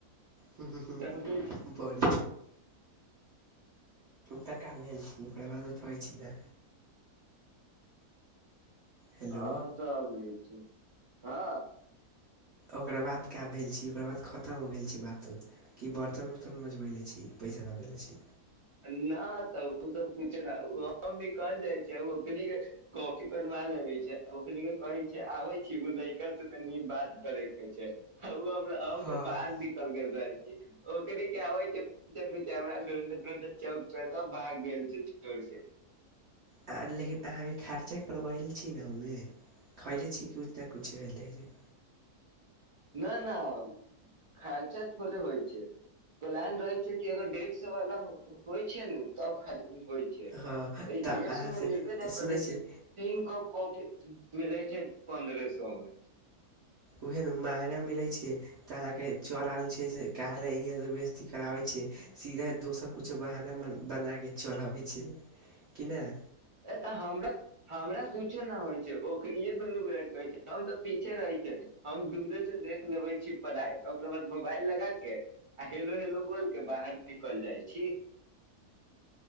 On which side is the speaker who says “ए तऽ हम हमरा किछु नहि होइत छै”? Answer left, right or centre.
Right